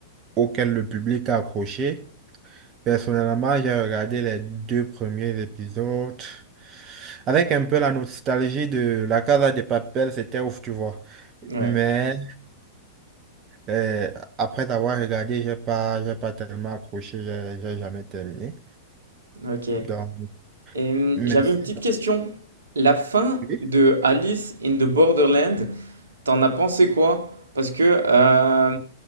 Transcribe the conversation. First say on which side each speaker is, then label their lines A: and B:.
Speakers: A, on the right; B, on the right.
A: auquel le public a accroché. Personnellement, j'ai regardé les deux premiers épisodes avec un peu la nostalgie de La Casa de Papel, c'était ouf, tu vois.
B: Ouais,
A: Mais euh, après avoir regardé, j'ai pas, j'ai pas tellement accroché, j'ai j'ai jamais terminé.
B: ok.
A: Donc,
B: Et, hum,
A: merci.
B: j'avais une petite question. La fin
A: Oui.
B: de Alice in the Borderland, t'en as pensé quoi? Parce que euh,